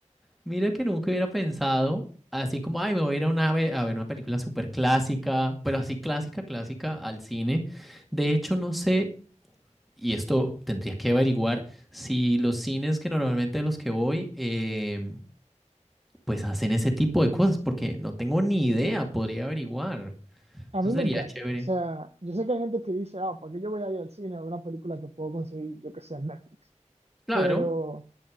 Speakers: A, in the centre; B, on the right (about 55°).
A: Mira que nunca hubiera pensado, así como, ay, me voy a ir a, una, ve- a ver una película súper clásica, pero así clásica, clásica, al cine. De hecho, no sé. y esto tendría que averiguar si los cines que normalmente a los que voy, eh, pues hacen ese tipo de cosas, porque no tengo ni idea, podría averiguar.
B: A
A: Eso
B: mí
A: sería
B: me encanta.
A: chévere.
B: O sea, yo sé que hay gente que dice, ah, ¿para qué yo voy a ir al cine a ver una película que puedo conseguir, yo que sé, en Netflix?
A: Claro,
B: Pero